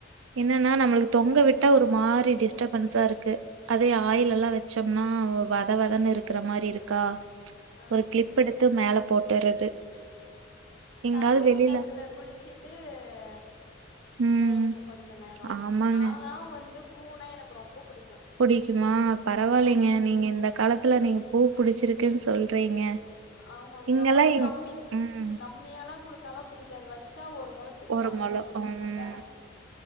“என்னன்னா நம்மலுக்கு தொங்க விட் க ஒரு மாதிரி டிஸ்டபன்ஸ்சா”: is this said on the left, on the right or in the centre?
Right